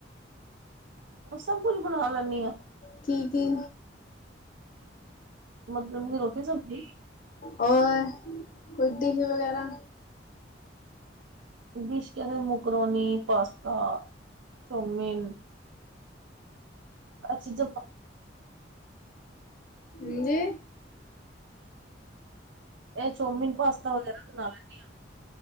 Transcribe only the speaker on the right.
ਮੈਂ ਸਬ ਕੁਜ ਬਣਾ ਲੈਨੀ ਆਂ।
ਮਤਲਬ ਕੀ, ਰੋਟੀ ਸਬਜ਼ੀ?
ਡਿਸ਼ ਕਦੇ ਮਕਰੋਨੀ, ਪਾਸਤਾ, ਚੌਮੀਨ ਆਹ ਚੀਜਾ
ਏ ਚੌਮੀਨ, ਪਾਸਤਾ ਵਗੈਰਾ ਬਣਾ ਲੈਨੀਂ ਆਂ।